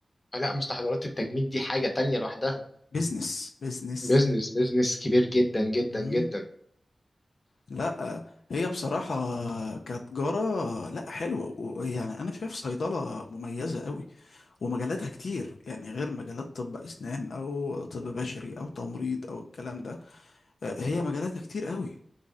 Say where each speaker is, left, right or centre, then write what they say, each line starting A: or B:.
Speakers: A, on the left; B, on the left.
A: آه، لا مستحضرات التجميل دي حاجه تانية لوحدها
B: بيزنس بيزنس
A: بيزنس بيزنس كبير جدا جدا
B: مم.
A: جدا
B: لا آه، هي بصراحة كتجارة لا حلوة ويعني أنا شايف صيدلة مميزة قوي ومجالاتها كتير يعني غير مجالات طب أسنان أو طب بشري أو تمريض أو الكلام ده آه، هي مجالاتها كتير قوي